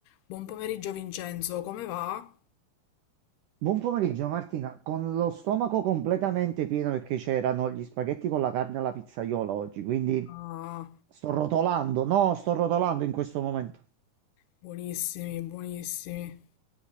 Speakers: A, on the left; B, on the right.
A: Buon pomeriggio Vincenzo, come va?
B: Buon pomeriggio Martina, con lo stomaco completamente pieno perché c'erano gli spaghetti con la carne alla pizzaiola oggi, quindi
A: Ah,
B: sto rotolando, no, sto rotolando in questo momento.
A: Buonissimi, buonissimi.